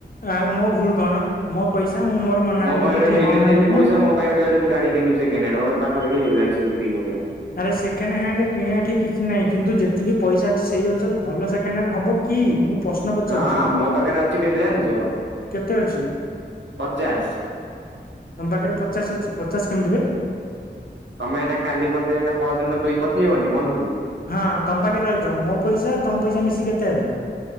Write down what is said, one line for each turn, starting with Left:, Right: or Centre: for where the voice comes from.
Left: ଆ ମୋ ଭୁଲ କଣ ମୋ ପଇସା ମୁଁ ମୋର ମନା
Right: ମୋ
Left: କରିବି
Right: ପାଖରେ
Left: କି
Right: ହେଇଗଲାଣି
Left: ହଁ ମାରିବିନି।
Right: ଯେତିକି ପଇସା ମୋ ପାଇଁ ଗୋଟେ ଯାଉଚି ମୁଁ ଗାଡି କିଣିଦେବି ସେକେଣ୍ଡ ହ୍ୟାଣ୍ଡ ମୋ ପାଖରେ ପାଖାପାଖି ହେଇଗଲାଣି ସେତିିକି ଭଳିଆ।
Left: ଆରେ ସେକେଣ୍ଡ ହ୍ୟାଣ୍ଡ କିଣିବା ଠେଇ କିଛି ନାହିଁ କିନ୍ତୁ ଯେତିକି ପଇସା ଅଛି ସେଇ ଅନୁସାରେ ଭଲ ସେକେଣ୍ଡ ହାଣ୍ଡ ହବ କି ମୁଁ ପ୍ରଶ୍ନ ପଚାରୁଛି
Right: ହଁ ମୋ ପାଖରେ ଅଛି କେତେ ଜାଣିଛ
Left: କେତେ ଅଛି
Right: ପଚାଶ
Left: ତମ ପାଖରେ ପଚାଶ ଅଛି ପଚାଶ କେମିତିିବେ?
Right: ତମେ ଏଇନା କାଲି ମତେ ନା ପରଦିନ ଦୁଇ ପଠେଇବନି ମନକୁ।
Left: ହଁ ତମ ପାଖେ ରହିଥାଉ ମୋ ପଇସା ତମ ପଇସା ମିଶି କେତେ ହେଲା?